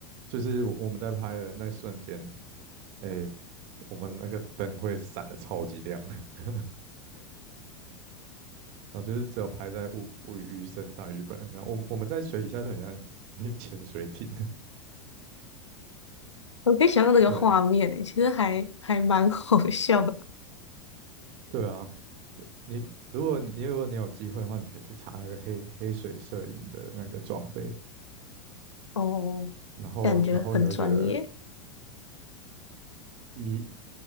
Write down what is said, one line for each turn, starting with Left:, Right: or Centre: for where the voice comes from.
Right: 就是我们在拍的那瞬间，哎，我们那个灯会闪的超级亮，<laughs> 然后就是只有拍在物物鱼身上、鱼本人身上。我们我们在水底下就很像一潜水艇，
Left: <laughs> 我可以想象那个画面诶，
Right: <laughs> 对
Left: 其实还还蛮好笑的
Right: 对啊。你如果你如果你有机会的话，你可以去查那个黑黑水摄影的那个装备，
Left: 哦，
Right: 然后然后你会觉得。
Left: 感觉很专业，
Right: 一